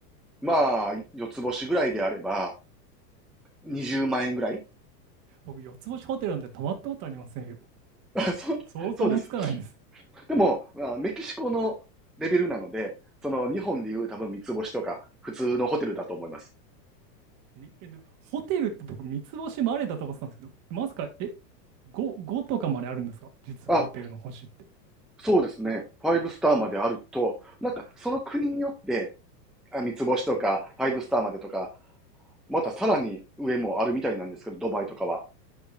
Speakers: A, in the centre; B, on the right.
A: まあ、四つ星ぐらいであれば、20万円ぐらい
B: 僕、四つ星ホテルなんて泊まったことありませんよ。
A: <laughs> あそう、
B: 想像もつかないです。
A: そうです。でも、まあメキシコのレベルなので、その日本でいう多分三つ星とか、普通のホテルだと思います。
B: みえ、でホテルって僕、三つ星までだと思ってたんですけど、まさか、え、5、5とかまであるんですか実はホテルの星って。
A: あ、そうですね。ファイブスターまであると、なんかその国によって、あ、三つ星とか、ファイブスターまでとか、またさらに上もあるみたいなんですけど、ドバイとかは。